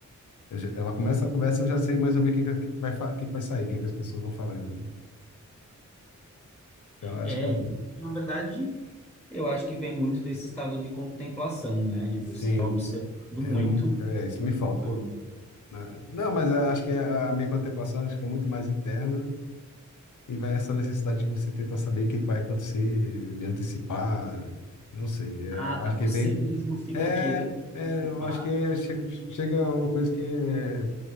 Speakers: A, on the left; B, in the centre.
A: eu já- ela começa a conversa e eu já sei mais ou menos o que, que vai, fa- o que, que vai sair, o que, que as pessoas vão falar, né? Então eu
B: É,
A: acho que é,
B: e, na verdade, eu acho que vem muito desse estado de contemplação, né? De
A: sim,
B: você estar observando
A: eu
B: muito
A: não, é, isso me falta.
B: o todo.
A: né? Não, mas eu acho que a a minha contemplação acho que é muito mais interna E vai essa necessidade de você tentar saber o que que vai acontecer, de antecipar, eu não sei, é,
B: Ah, tá.
A: acho
B: Você
A: que vem.
B: mesmo fica
A: É,
B: querendo
A: é,
B: participar.
A: eu acho que é- chega, chega uma coisa que é-